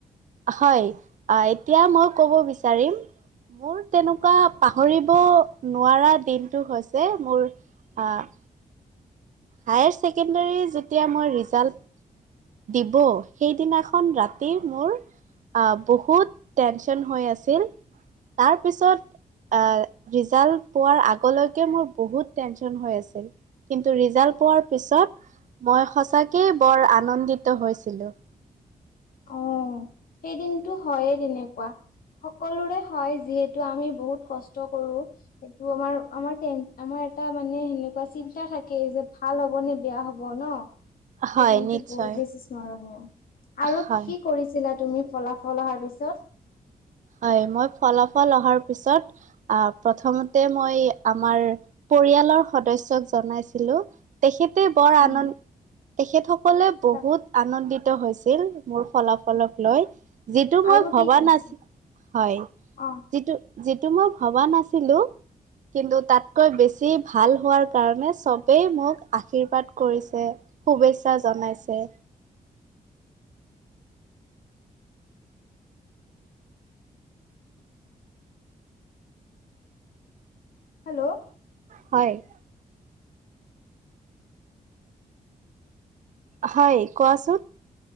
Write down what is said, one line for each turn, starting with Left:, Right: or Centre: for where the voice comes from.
Right: হয় আ এতিয়া মই কব বিচাৰিম মোৰ তেনেকোৱা পাহৰিব নোৱাৰা দিনটো হৈছে মোৰ- আ- হায়াৰ ছেকেণ্ডৰী যেতিয়া মই ৰিজাল্ট দিব সেইদিনাখন ৰাতি মোৰ আহ বহুত টেনশন হৈ আছিল তাৰপিছত অ ৰিজাল্ট পোৱাৰ আগলৈকে মোৰ বহুত টেনচন হৈ আছিল কিন্তু ৰিজাল্ট পোৱাৰ পিছত মই সঁচাকে বৰ আনন্দিত হৈছিলো-
Left: অ সেইদিনটো হয়ে তেনেকোৱা- সকলোৰে হয় যিহেতু আমি বহুত কষ্ট কৰো সেইটো আমাৰ আমাৰ আমাৰ এটা মানে সেনেকোৱা চিন্তা থাকে যে ভাল হব নে বেয়া হব ন-
Right: হয়
Left: সেই দিনটো
Right: নিশ্চয়
Left: বহুত বেছি স্মৰণীয় আৰু
Right: হয়
Left: কি কৰিছে ছিলা তুমি ফলাফল অহাৰ পিছত
Right: হয় মই ফলাফল অহাৰ পিছত আহ প্ৰথমতে মই আমাৰ- পৰিয়ালৰ সদস্যক জনাইছিলো তেখেত- তে বৰ
Left: উম,
Right: আনন্দ তেখেতসকলে বহুত
Left: তা
Right: আনন্দিত- হৈছিল মোৰ ফলাফলক লৈ যিটো
Left: আৰু
Right: মই
Left: কি
Right: ভবা
Left: কৰিছিলা?
Right: নাছি- হয়
Left: অ',
Right: যিটো যিটো মই ভবা নাছিলো- কিন্তু তাতকৈ বেছি ভাল হোৱাৰ কাৰণে চবেই মোক আশীৰ্বাদ কৰিছে- শুভেচ্ছা জনাইছে-
Left: হেল্ল'-
Right: হয়- হয় কোৱাচোন-